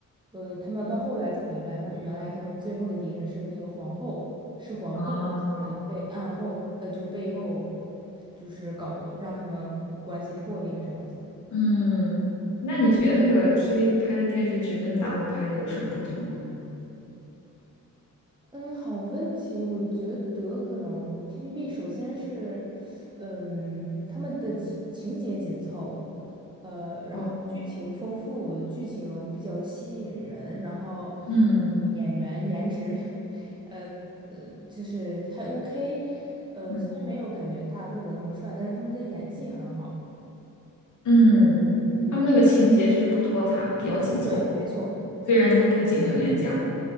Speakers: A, on the right; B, on the left.
A: 呃，他们到后来才明白，他们原来他们最后的敌人是那个皇后，是皇后，
B: 啊，
A: 就是被暗后，呃，就是背后，就是搞让他们关系破裂这样子。
B: 嗯，那你觉得那个 TVB 拍的电视剧跟大陆拍的有什么不同吗？
A: 嗯，好问题。我觉得可能 TVB 首先是，嗯，他们的情情节紧凑，呃，然后剧情丰富，
B: 哦，
A: 剧情比较吸引人，然后
B: 嗯
A: 呃演员颜值，<laughs> 呃呃，就是还 OK，呃，
B: 嗯
A: 虽然没有感觉大陆的那么帅，但是他们的演技很好。
B: 嗯，
A: 嗯，
B: 他们那个情节就是不拖沓，比较紧凑。
A: 对，没错。
B: 虽然那个布景很廉价，